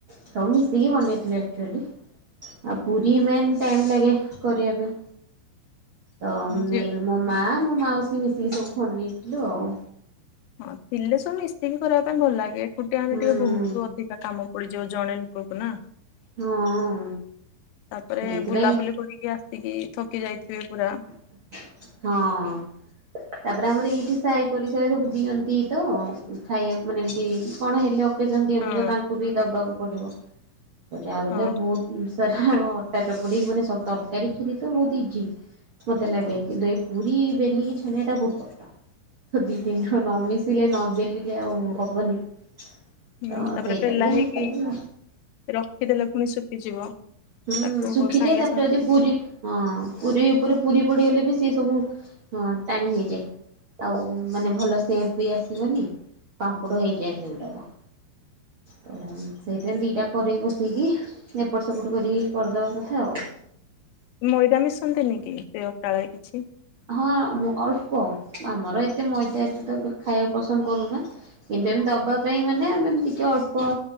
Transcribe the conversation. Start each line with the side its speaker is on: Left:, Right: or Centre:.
Right: ସବୁ ମିଶିକି ବନେଇଥିଲି ଆକ୍ ଚୁଆଲି ଆଉ ପୁରୀ ମେନ୍ ଟାଇମ୍ ଲାଗେ କରିବା ପାଇଁ। ତ
Left: ଝିଅ
Right: ଏ ମୋ ମାଆ ମୋ ମାଉସି ମିଶିକି ସବୁ ବନେଇଥିଲୁ ଆଉ।
Left: ହଁ ଥିଲେ ସବୁ ମିଶିକି କରିବା ପାଇଁ ଭଲ ଲାଗେ, ଏକୁଟିଆ ହେଲେ
Right: ହୁଁ
Left: ଟିକେ ବହୁତ ଅଧିକ୍ କାମ ପଡିଯାଉ, ଜଣେ ଲୋକକୁ ନା?
Right: ହଁ
Left: ତାପରେ
Right: ସେଇଥିପାଇଁ
Left: ବୁଲାବୁଲି କରିକି ଆସିକି ଥକିଯାଇଥିବେ ପୁରା।
Right: ହଁ। ତାପରେ ଆମର ଏଇଠି ସାହିପଡିଶା ସବୁ ଦିଅନ୍ତି ତ ଖାଇବା, ମାନେ ଏମିତି କଣ ହେଲେ, ଅକ୍ ଅକେଜନ୍, ଦିଅନ୍ତି
Left: ହଁ
Right: ତ, ତାଙ୍କୁ ବି ଦବାକୁ ପଡିବ, ତ ଯା ବି
Left: ହଁ
Right: ହେଲେ ବହୁତ୍ ସାର୍ ଅଟା ଚକୁଡ଼ିକି, ମାନେ ସବୁ ତରକାରୀ କ୍ଷୀରି ତ ବହୁତ ଇଜି। ମତେ ଲାଗେ କିନ୍ତୁ ଏଇ ପୁରୀ ବେଲିକି ଛାଣିବାଟା ବହୁତ କଷ୍ଟ। ତ ଦି ତିନି ଜଣ ନ ମିିଶିଲେ, ନ ବେଲିଲେ, ଆଉ ହବନି।
Left: ହୁଁ
Right: ତ
Left: ତାପରେ
Right: ସେଇଟା
Left: ବେଲା
Right: ଟିକେ
Left: ହେଇକି
Right: ମିଶିକି
Left: ରଖିଦେଲେ ପୁଣି ଶୁଖିଯିବ।
Right: ହୁଁ
Left: ତାକୁ
Right: ଶୁଖିଯାଏ
Left: ସାଙ୍ଗେ
Right: ତାପରେ
Left: ସାଙ୍ଗେ
Right: ଯଦି ପୁରୀ ହଁ ପୁରୀ ଉପରେ ପୁରୀ ପଡିଗଲେ ବି ସିଏ ସବୁ ଟାଣି ନେଇଯାଏ। ଆଉ ମାନେ ଭଲ ସେପ ବି ଆସିବନି ପାମ୍ପଡ ହେଇଯାଏ ସେଗୁଡାକ। ତ ସେଇଥିାପାଈଁ ଦିଟା କରେ ବସେଇିକି। ଏପଟ ସେପଟ କରି କରିଦବା କଥା ଆଉ।
Left: ମଇଦା ମିଶନ୍ତିନି କି ସେ ଅଟାରେ କିଛି
Right: ହଁଁ ଅଳ୍ପ ଆମର ଏତେ ମଇଦା ଏତେ ତ ଖାଇବାକୁ ପସନ୍ଦ କରୁନା। କିନ୍ତୁ ଏମତି ଦବା ପାଇଁ ମାନେ ଆମେ ଏତିିକେ ଅଳ୍ପ